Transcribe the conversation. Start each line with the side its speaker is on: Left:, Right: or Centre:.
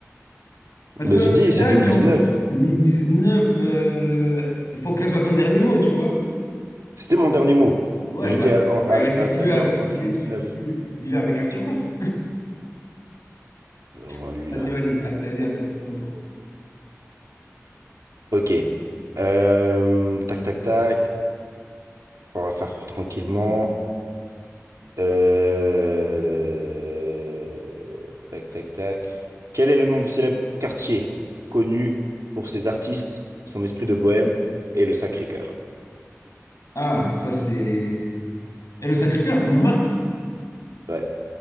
Left: Parce
Right: Ben,
Left: que
Right: j'ai dit,
Left: là,
Right: c'est 2019.
Left: genre, 2019, euh, il faut que ça soit ton dernier mot, tu vois.
Right: C'était mon dernier mot.
Left: Ouais,
Right: J'étais
Left: bah,
Right: à, en- à-
Left: euh, dis-
Right: à-
Left: dis-le
Right: à New
Left: avec
Right: York en
Left: dis-
Right: 2019.
Left: dis- dis- dis-le avec assurance.
Right: Euh,
Left: <laughs>
Right: ouais, lui,
Left: Vas-y,
Right: là.
Left: vas-y, à, vas-y, à toi, ton tour.
Right: Ok. Euh, tac, tac, tac. On va faire tranquillement. Euh, Tac, tac, tac. Quel est le nom du célèbre quartier connu pour ses artistes, son esprit de bohème et le Sacré-Cœur?
Left: Ah, ça, c'est. Et le Sacré-Cœur, Montmartre.
Right: Ouais,